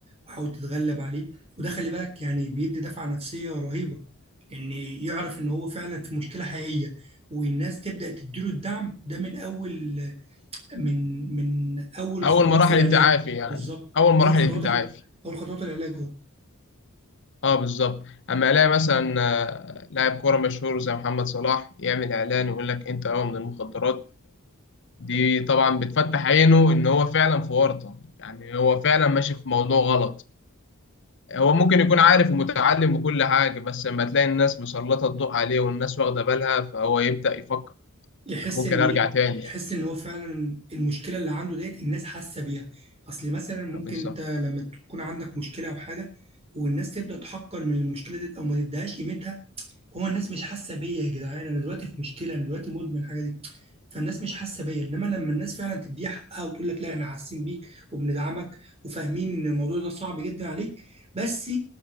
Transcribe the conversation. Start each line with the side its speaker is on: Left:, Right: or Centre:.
Right: وحاول تتغلب عليه وده خلي بالك يعني بيدي دفعة نفسية رهيبة لأن يعرف إن هو فعلا في مشكلة حقيقية والناس تبدأ تديله الدعم ده من أول من من أول
Left: أول
Right: خطوات
Left: مراحل
Right: في العلاج
Left: التعافي يعني
Right: بالظبط
Left: أول مراحل
Right: أول خطوات
Left: التعافي
Right: أول خطوات العلاج أهو
Left: اه بالظبط أما ألاقي مثلا آه، لاعب كورة مشهور زي محمد صلاح يعمل إعلان ويقول لك انتقاء من المخدرات دي طبعا بتفتح عينه إن هو فعلا في ورطة يعني هو فعلا ماشي في موضوع غلط هو ممكن يكون عارف ومتعلم وكل حاجة بس لما تلاقي الناس مسلطة الضوء عليه والناس واخدة بالها فهو يبدأ يفكر
Right: يحس
Left: أنا ممكن
Right: إن
Left: أرجع
Right: إيه
Left: تاني
Right: يحس إن هو فعلا المشكلة اللي عنده ديت الناس حاسة بيها أصل مثلا ممكن
Left: آه، بالظبط
Right: أنت لما تكون عندك مشكلة أو حاجة والناس تبدأ تحقر من المشكلة ديت أو ما تديهاش قيمتها هو الناس مش حاسه بيا يا جدعان انا دلوقتي في مشكله انا دلوقتي مدمن الحاجه دي فالناس مش حاسه بيا انما لما الناس فعلا تديها حقها وتقول لك لا احنا حاسين بيك وبندعمك وفاهمين ان الموضوع ده صعب جدا عليك بس